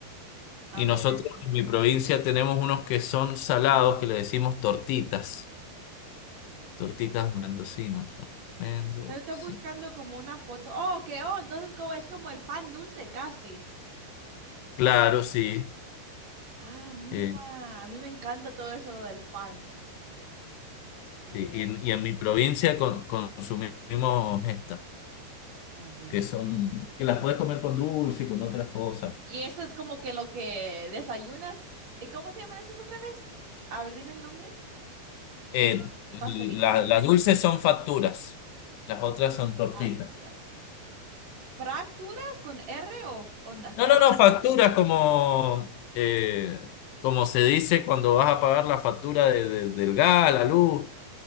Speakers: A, on the right; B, on the left.
A: a
B: Y
A: ver,
B: nosotros
A: estoy,
B: en mi provincia tenemos unos que son salados que le decimos tortitas. Tortitas mendocinas. son. Mendocinas.
A: estoy buscando como una foto. Oh, ok, oh, entonces como es como el pan dulce casi.
B: Claro, sí.
A: Ah, mira,
B: Eh,
A: a mí me encanta todo eso lo del pan. A
B: sí,
A: ver,
B: y,
A: eso
B: y en
A: es-
B: mi provincia con- consumimos estas,
A: a ver.
B: que son, que las puedes comer con dulce y con otras cosas.
A: Y eso es como que lo que desayunas. ¿Y cómo se llaman esas otra vez? A ver, dime el nombre de
B: Eh,
A: los
B: la-
A: pastelitos.
B: las dulces son facturas, las otras son tortitas.
A: Facturas. ¿Fracturas con R o, o na-
B: No,
A: factura?
B: no, no, facturas como, eh, como se dice cuando vas a pagar la factura de- de- del gas, la luz.